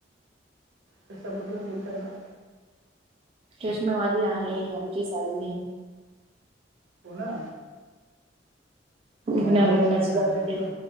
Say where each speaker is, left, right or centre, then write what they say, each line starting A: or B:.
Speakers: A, on the right (about 80°); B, on the right (about 35°).
A: त्याच्याबद्दल बोलता येणार.
B: चष्मेवादी आहे आमची साडी
A: हो ना.
B: विना
A: मायावाली
B: लग्नाची
A: सालीन
B: बाकी
A: आहे ना.